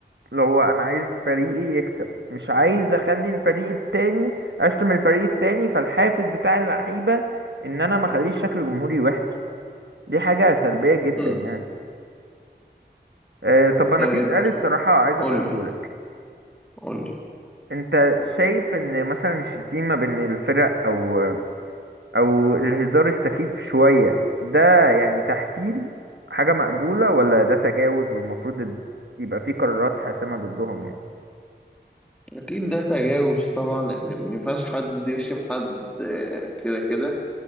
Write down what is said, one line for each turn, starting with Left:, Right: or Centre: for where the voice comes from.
Right: اللي هو انا عايز فريقي يكسب مش عايز اخلي الفريق التاني اشتم الفريق التاني فالحافز بتاع اللعيبه ان انا ما اخليش شكل جمهوري وحش دي حاجه سلبيه جدا
Centre: امم
Right: يعني أه طب انا
Centre: طيب
Right: في سؤال الصراحه
Centre: سؤال.
Right: عايز
Centre: قول
Right: اساله
Centre: لي
Right: لك
Centre: قول لي
Right: انت شايف ان مثلا الشتيمة بين الفرق او او الهزار السخيف شوية ده يعني تحفيل حاجة مقبولة ولا ده تجاوز والمفروض يبقى فيه قرارات حاسمة ضدهم يعني
Centre: اكيد ده تجاوز طبعا يعني ما ينفعش حد يشتم حد آه، كده كده